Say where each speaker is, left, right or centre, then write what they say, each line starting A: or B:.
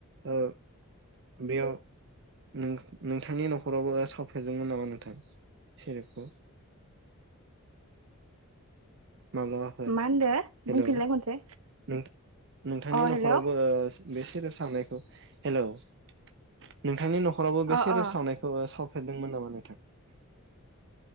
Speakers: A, on the right (about 55°); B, on the right (about 75°).
A: ओ बेयाव नो नोंथांनि न'खरावबो सावफेरदोंमोन नामा नोंथां सेरेपखौ? माब्लाबाफोर।
B: मा होनदो
A: हेलौ
B: बुंफिनलाय खनसे
A: नोंथ नोंथांनि
B: अ
A: न'खरावबो
B: हेल'
A: ओ बे सेरेब सावनायखौ, हेलौ नोंथांनि नख न'खरावबो
B: अ
A: बे
B: अ
A: सेरेब सावनायखौ साव फेरदोंमोन नामा नोंथां?